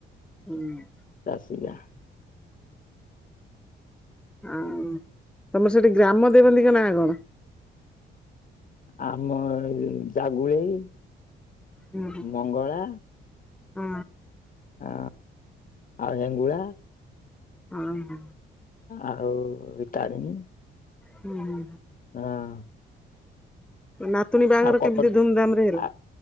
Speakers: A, in the centre; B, on the left.
A: ହୁଁ
B: ଚାଷୀ ଗାଁ।
A: ଆ ତମର ସେଠି ଗ୍ରାମ ଦେବନ୍ତୀଙ୍କ ନାଁ କଣ?
B: ଆମ ଜାଗୁଲେଇ
A: ହୁଁ ହୁଁ।
B: ମଙ୍ଗଳା।
A: ଓ
B: ହଁ ଆଉ ହେଙ୍ଗୁଳା।
A: ହଁ ହଁ
B: ଆଉ ତାରିଣୀ।
A: ହୁଁ ହୁଁ
B: ହଁ
A: ନାତୁଣୀ ବାହାଘର
B: ଆଉ କପଟ
A: କେମିତି ଧୁମଧାମରେ ହେଲା?
B: ଆ